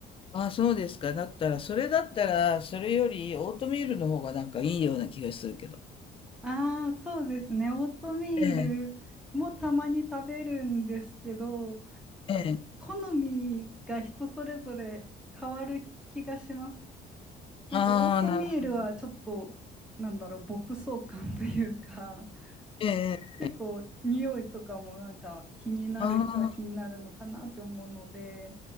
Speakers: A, on the left; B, in the centre.
A: ああ、そうですか。だったら、それだったら、それよりオートミールの方がなんかいいような気がするけど。
B: ああ、そうですね。オートミールもたまに食べるんですけど、
A: ええ、ええ。
B: と好みが人それぞれ変わる気がします。なんかオートミールはちょっとなんだろう牧草感というか
A: ああ、なるほど。
B: <laughs>
A: ええ、
B: 結構匂いとかもなんか気になる人は気になるのかなって思うので
A: ああ、